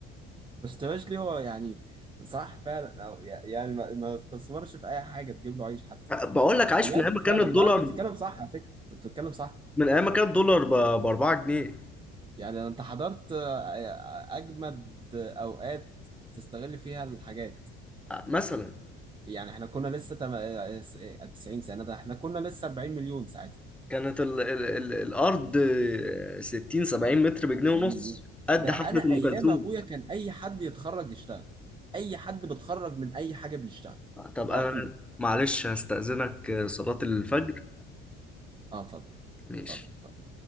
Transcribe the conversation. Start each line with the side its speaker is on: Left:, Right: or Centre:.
Right: ما اشتراش ليه هو يعني صح فعلا أو يعني ما ما استثمرش في أي حاجة تجيب له عيش
Centre: بقول لك عايش
Right: بجد
Centre: من ايام ما
Right: فعلا
Centre: كان الدولار
Right: لا انت بتتكلم صح على فكره انت بتتكلم صح
Centre: من ايام ما كان الدولار ب 4 جنيه
Right: يعني انت حضرت آه، آه، اجمد اوقات تستغل فيها الحاجات
Centre: آه، مثلا
Right: يعني احنا كنا لسه تم... آه، س- آه، 90 سنه ده احنا كنا لسه 40 مليون ساعتها
Centre: كانت ال ال ال الارض 60 70 متر بجنيه
Right: 40
Centre: ونص
Right: مليون
Centre: قد
Right: ده
Centre: حفله
Right: انا
Centre: ام
Right: ايام
Centre: كلثوم
Right: ابويا كان اي حد يتخرج يشتغل اي حد بتخرج من اي حاجه بيشتغل
Centre: آه، طب انا
Right: على طول
Centre: معلش هستأذنك آه، صلاه الفجر
Right: اه اتفضل
Centre: ماشي
Right: اتفضل اتفضل.